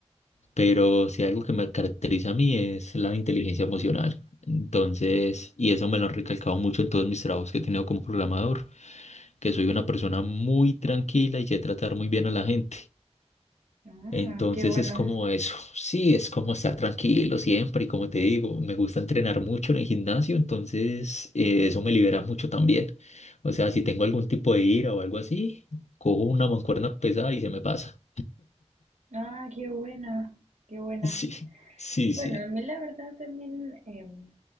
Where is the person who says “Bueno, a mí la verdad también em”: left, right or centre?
Right